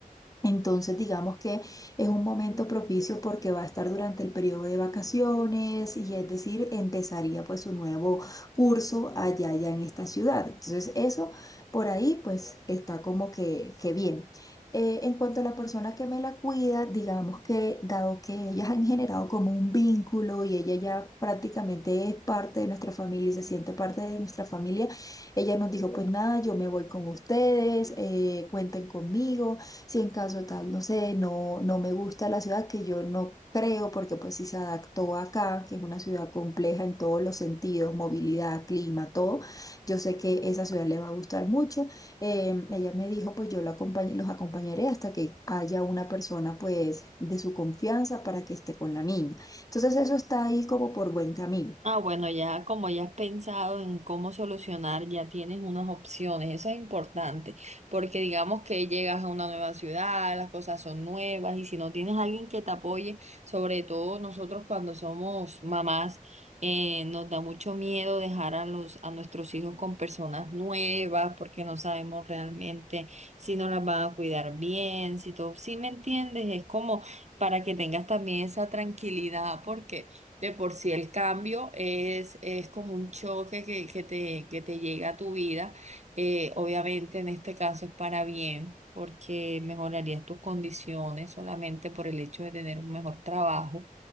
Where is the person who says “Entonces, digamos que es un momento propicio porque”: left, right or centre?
Left